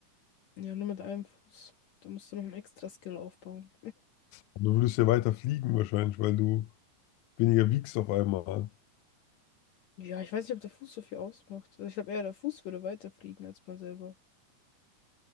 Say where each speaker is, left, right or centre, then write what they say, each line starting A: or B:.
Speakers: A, on the left (about 60°); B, on the left (about 75°).
A: Ja, nur mit einem Fuß. Da musst du noch einen extra Skill aufbauen.
B: Und du würdest ja weiter fliegen wahrscheinlich, weil du weniger wiegst auf einmal.
A: Ja, ich weiß nicht, ob der Fuß so viel ausmacht. Also ich glaube eher, der Fuß würde weiterfliegen als man selber.